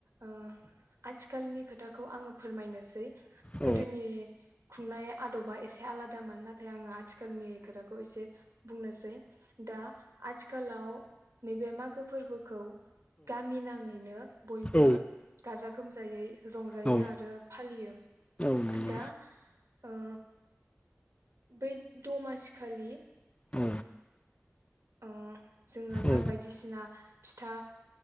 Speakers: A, on the right; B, on the left.
A: ओ आथि खालनि खोथाखौ आङो फोरमायनोसै
B: औ
A: गोदोनि खुंनाय आदबा एस आलादामोन नाथाय आं <unintelligible> आथिखालनि खोथा खौ एसे बुंनोसै दा आथिखालाव नैबे मागो फोरबोखौ गामि नाङैनो बयबो
B: औ
A: गाजा गोमजायै रंजायो
B: औ
A: आरो फालियो
B: औ नंगौ
A: दा ओ बै दमासि खालि
B: औ
A: ओ जोङो
B: औ
A: मा बायदिसिना फिथा